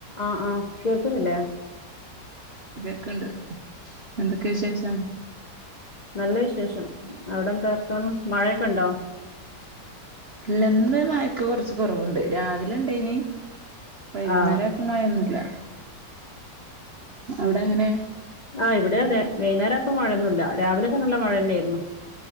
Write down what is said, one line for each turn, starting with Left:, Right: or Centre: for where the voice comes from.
Left: ആ ആ കോൾക്കുന്നില്ലേ
Right: ക്ക്ണ്ട് എന്തൊക്കെ വിശേഷം
Left: നല്ല വിശേഷം അവിടെന്താർത്താനം മഴയൊക്കെ ഉണ്ടോ
Right: ഇല്ല ഇന്ന് മയക്ക് കൊറച്ച് കൊറവുണ്ട് രാവിലെ ഇണ്ട യ് നി വൈകുന്നേരം
Left: ആഹ്
Right: ആയപ്പോൾ മഴ ഒന്നുമില്ല അവിടെ അങ്ങനെ
Left: ആ ഇവിടെ അതെ വൈകുന്നേരം അയപ്പൊ മഴൊന്നുല്ല രാവിലെയൊക്കെ നല്ല മഴ തന്നെയായിരുന്നു